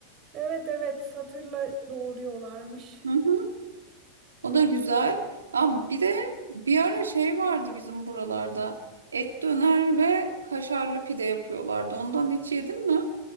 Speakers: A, on the right; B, on the right.
A: Evet evet satırla doğruyorlarmış.
B: Hı hı. O da güzel. Aa, bir de bir ara şey vardı bizim buralarda. Et döner ve kaşarlı pide yapıyorlardı. Ondan hiç yedin mi?